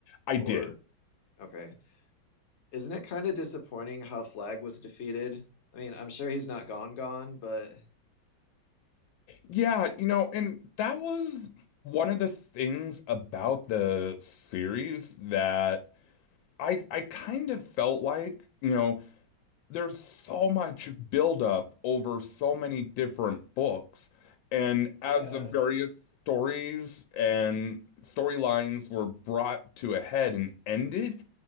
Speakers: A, on the left; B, on the left.
A: I
B: Or
A: did.
B: okay. Isn't it kind of disappointing how Flag was defeated? I mean, I'm sure he's not gone gone, but
A: Yeah, you know, and that was one of the things about the series that I I kind of felt like, you know, there's so much buildup over so many different books, and
B: yeah.
A: as the various stories and storylines were brought to a head and ended,